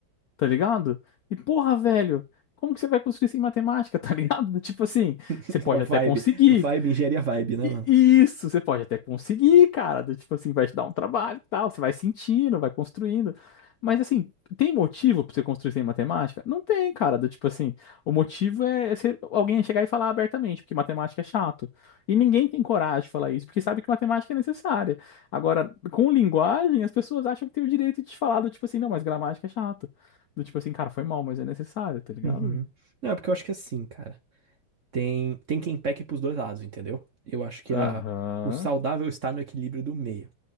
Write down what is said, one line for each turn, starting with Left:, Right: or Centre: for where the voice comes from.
Left: tá ligado? E porra, velho, como que você vai construir sem matemática, <laughs> tá ligado? Do Tipo assim,
Right: <laughs>
Left: você pode
Right: É o vibe.
Left: até conseguir,
Right: Vibe, engenharia vibe, né,
Left: e-
Right: mano?
Left: e Isso, você pode até conseguir, cara. do Tipo assim, vai te dar um trabalho e tal. Você vai sentindo, vai construindo. Mas assim, tem motivo pra você construir sem matemática? Não tem, cara. Do tipo assim, o motivo é é você- alguém chegar e falar abertamente, porque matemática é chato. E ninguém tem coragem de falar isso, porque sabe que matemática é necessária. Agora, com linguagem, as pessoas acham que tem o direito de te falar do tipo assim, não, mas gramática é chato. Do tipo assim, cara, foi mal, mas é necessário, tá ligado?
Right: Uhum. Não, é porque eu acho que é assim, cara. Tem, tem quem peque pros dois lados, entendeu? Eu acho que
Left: Aham.
Right: a, o saudável está no equilíbrio do meio.